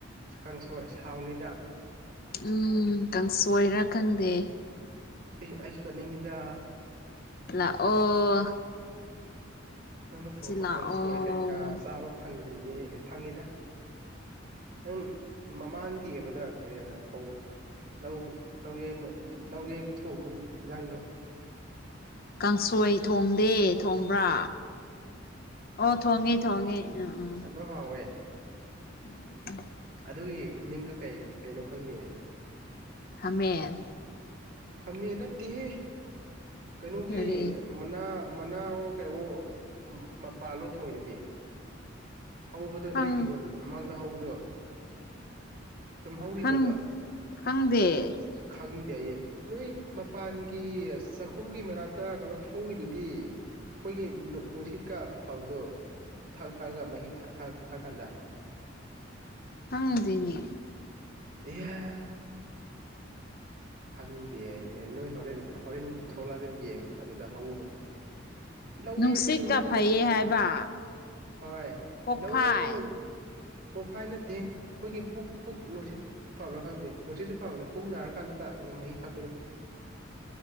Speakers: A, on the right (about 50°); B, on the left (about 50°).
A: ꯀꯥꯡꯁꯣꯏ ꯁꯥꯎꯅꯤꯗ
B: ꯎꯝ ꯀꯥꯡꯁꯣꯏꯔꯥ ꯈꯪꯗꯦ
A: ꯑꯩ ꯑꯩꯁꯨ ꯆꯠꯅꯤꯡꯉꯤꯗ
B: ꯂꯥꯑꯣ
A: ꯅꯪꯅ ꯊꯣꯡꯕ
B: ꯂꯥꯛꯑꯣ
A: ꯀꯥꯡꯁꯣꯏ ꯀꯩꯀꯥ ꯆꯥꯕ ꯐꯪꯗ꯭ꯔꯤꯌꯦ ꯐꯪꯉꯤꯗ ꯅꯪ ꯃꯃꯥꯡꯒꯤ ꯀꯩꯅꯣꯗ ꯐꯧ ꯂꯧ ꯂꯧ ꯌꯩꯕ ꯂꯧ ꯌꯩꯕ ꯊꯣꯡꯕꯩ ꯏꯟꯖꯥꯡꯗꯣ
B: ꯀꯥꯡꯁꯣꯏ ꯊꯣꯡꯗꯦ ꯊꯣꯡꯕ꯭ꯔꯥ ꯑꯣ ꯊꯣꯡꯉꯦ ꯊꯣꯡꯉꯦ ꯎꯝ ꯎꯝ
A: ꯑꯗꯨ ꯍꯥꯎꯋꯦ
B: <inaudible>
A: ꯑꯗꯨꯒꯤ ꯃꯤꯡꯗꯣ ꯀꯩ ꯀꯩꯅꯣ ꯈꯪꯗꯦꯅꯦ
B: ꯈꯥꯃꯦꯟ
A: ꯈꯝꯃꯦ ꯅꯠꯇꯦꯍꯦ ꯀꯩꯅꯣꯒꯤ
B: ꯀꯔꯤ
A: ꯃꯅꯥ ꯃꯅꯥꯑꯣ ꯀꯩꯋꯣ ꯃꯄꯥꯜꯂꯣ ꯊꯣꯡꯏꯗꯨꯗꯤ ꯍꯧꯕꯗꯣ
B: ꯈꯪ
A: ꯅꯣꯏ ꯍꯤꯡꯒꯣꯜ ꯃꯃꯥꯡꯗ ꯍꯧꯕꯗꯣ ꯇꯨꯝ ꯍꯧꯔꯤꯕꯣꯗꯣ
B: ꯈꯪ ꯈꯪꯗꯦ
A: ꯈꯪꯗꯦ ꯑꯩꯌꯦ ꯅꯣꯏ ꯃꯄꯥꯟꯒꯤ ꯆꯥꯛꯈꯨꯝꯒꯤ ꯃꯅꯥꯛꯇ ꯀꯩꯅꯣ ꯍꯧꯏꯗꯨꯗꯤ ꯑꯩꯈꯣꯏꯒꯤ ꯅꯨꯡꯁꯤꯠꯀ ꯐꯕꯗꯣ ꯊꯛ ꯊꯥꯛꯑꯒ ꯃꯍꯤ ꯊꯛ ꯊꯛ ꯀꯥꯟꯗ
B: <inaudible> ꯈꯪꯗꯤꯅꯦ
A: ꯑꯌꯥ ꯈꯪꯗꯦ ꯍꯥꯌꯦ ꯅꯣꯏ ꯍꯣꯔꯦꯟ ꯍꯣꯔꯦꯟ ꯊꯣꯛꯂꯛꯒ ꯌꯦꯡꯉꯣ ꯑꯗꯨꯗ ꯍꯧꯕꯅꯤ ꯂꯧ
B: ꯅꯨꯡꯁꯤꯠꯀ
A: ꯌꯩꯕ ꯅꯨꯃꯤꯠꯇ
B: ꯐꯩꯌꯦ
A: ꯅꯪ
B: ꯍꯥꯏꯕ
A: ꯍꯣꯏ
B: ꯀꯣꯛꯐꯥꯏ
A: ꯂꯧ ꯌꯩꯕ ꯀꯣꯐꯥꯏ ꯅꯠꯇꯦ ꯑꯩꯈꯣꯏꯒꯤ ꯄꯨꯛ ꯄꯨꯛ ꯅꯨꯡꯁꯤꯠ ꯐꯕ꯭ꯔꯥ ꯈꯪꯗꯦ ꯅꯨꯡꯁꯤꯁꯨ ꯐꯕꯅꯦ ꯄꯨꯛ ꯅꯥꯔ ꯀꯥꯟꯗ ꯇꯥ ꯃꯍꯤ ꯊꯛꯄꯗꯣ